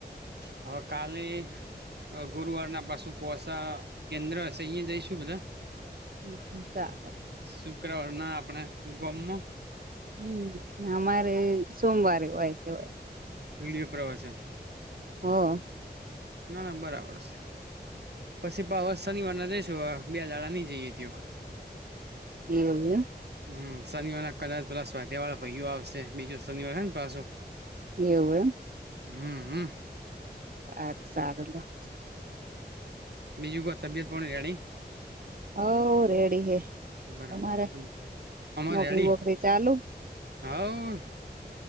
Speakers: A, on the right; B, on the right.
A: હા કાલે- - ગુરુવાર ના પાસુ કોસા કેન્દ્ર હશે અહિયા જઈશું બધા- -
B: હમ ચાલે.
A: શુક્રવાર ના આપણે ગમ- -
B: હમ અમારે સોમવારે હોય કેવાય- -
A: વીડિયો પ્રવચન- -
B: હા.
A: ના ના બરાબર છે પછી શનિવારના જઈશું બે દાડા નહી જઈએ ત- -
B: એવુ- -
A: હમ શનિવારના કલર પ્લસ વધ્યા વાળા ભૈઈઓ આવશે બીજું શનિવાર હ ને પાછું.
B: એવું એમ?
A: હમ્મ હમ્મ
B: સ સારડ- -
A: બીજું કોઈ તબિયત પોણી રેડી
B: હ રેડી હ
A: બરાબર
B: તમારે
A: અમાર
B: નોકરી
A: રેડી
B: વોકરી ચાલુ?
A: હવ